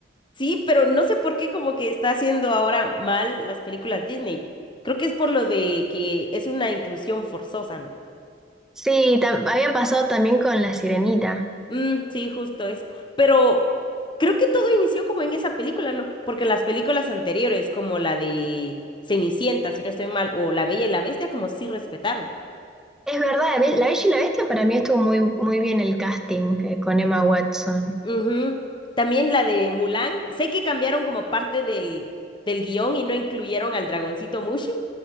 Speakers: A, on the left (about 25°); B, in the centre.
A: Sí, pero no sé por qué como que está haciendo ahora mal las películas Disney. Creo que es por lo de que es una inclusión forzosa, ¿no?
B: Sí, tam- había pasado también con La Sirenita.
A: Mm, sí, justo eso. Pero creo que todo inició como en esa película, ¿no? Porque las películas anteriores, como la de Cenicienta, si no estoy mal, o La Bella y la Bestia, como sí respetaron.
B: Es verdad, Be- La Bella y la Bestia para mí estuvo muy, muy bien el casting eh, con Emma Watson.
A: Ujú. También la de Mulan. Sé que cambiaron como parte del, del guión y no incluyeron al dragoncito Mushu,